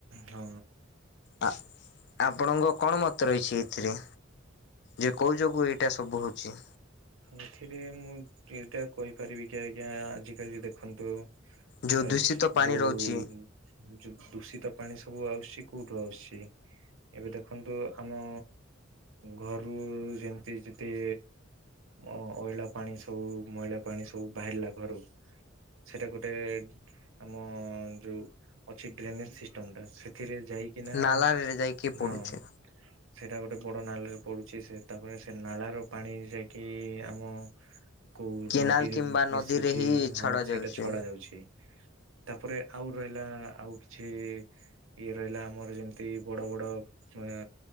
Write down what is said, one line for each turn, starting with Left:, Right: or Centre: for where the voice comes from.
Right: ହଁ
Left: ଆ ଆପଣଙ୍କ କଣ ମତ ରହିଛି? ଏଥିରେ ଯେ କେଉ ଯୋଗୁଁ ଏଇଟା ସବୁ ହେଉଛି?
Right: ଏଥିରେ ମୁଁ ଏଇଟା କହିପାରିବି କି ଆଜ୍ଞା ଆଜିକାଲି ଦେଖନ୍ତୁ ଆ
Left: ଯୋଉ ଦୂଷିତ ପାଣି
Right: ଯୋଉ
Left: ରହୁଛି
Right: ଦୂଷିତ ପାଣି ସବୁ ଆସୁଛି କୋଉଠୁ ଆସୁଛି? ଏବେ ଦେଖନ୍ତୁ ଆମ ଘରୁ ଯେମିତି ଯେତେ ଅ ଅଇଲା ପାଣି ସବୁ ମଇଳା ପାଣି ସବୁ ବାହାରିଲା ଘରୁ ସେଇଟା ଗୋଟେ ଆମ ଯୋଉ ଅଛି ଡ୍ରେନେଜ୍ ସିଷ୍ଟମ୍ ଟା ସେଥିରେ ଯାଇ କି ନା
Left: ନାଲାରେ ଯାଇକି ପଡୁଛି।
Right: ନା ସେଇଟା ଗୋଟେ ବଡ ନାଲ ରେ ପଡୁଛି ସେତେବେଳେ ସେ ନାଳ ର ପାଣି ଯାଇ କି ଆମ କୋଉ
Left: କେନାଲ
Right: ନଦୀରେ
Left: କିମ୍ବା ନଦୀରେ
Right: ମିଶିଛି
Left: ହିଁ ଛଡା
Right: ହଁ ସେଇଟା
Left: ଯାଉଛି।
Right: ଛଡା ଯାଉଛି। ତାପରେ ଆଉ ରହିଲା ଆଉ କିଛି ଇଏ ରହିଲା ଆମର ଯେମିତି ବଡ ବଡ ଚଣା